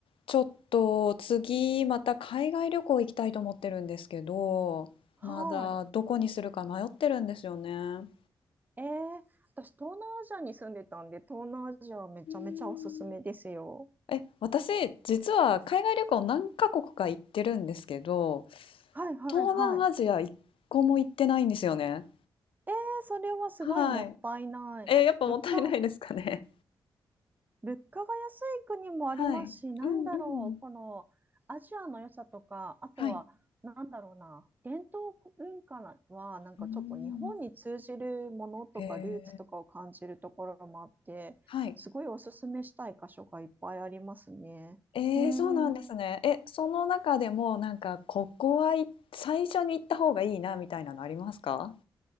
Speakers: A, on the left; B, on the right.
A: ちょっと次また海外旅行行きたいと思ってるんですけど、
B: はい。
A: まだどこにするか迷ってるんですよね。う
B: えー、私、東南アジアに住んでたんで、東南アジアはめちゃめちゃおすすめですよ。
A: ーんえ、私実は海外旅行何カ国か行ってるんですけど、
B: はいはいはい。
A: 東南アジア一個も行ってないんですよね。
B: えー、それはすごいもったいない。
A: はい。え、やっぱもったいないですかね。
B: 物価、物価が安い国もありますし、
A: はい。
B: なんだろう、
A: うんうん。
B: このアジアの良さとか、あとは、
A: はい。
B: なんだろうな、伝統文化は、なんかちょっと日本に通じるものとか、
A: うーん。へえ。
B: ルーツとかを感じるところもあって、
A: はい。
B: すごいおすすめしたい箇所がいっぱいありますね。
A: えーそうなんですね。
B: うーん。
A: え、その中でもなんかここは、い最初に行った方がいいなみたいなのありますか？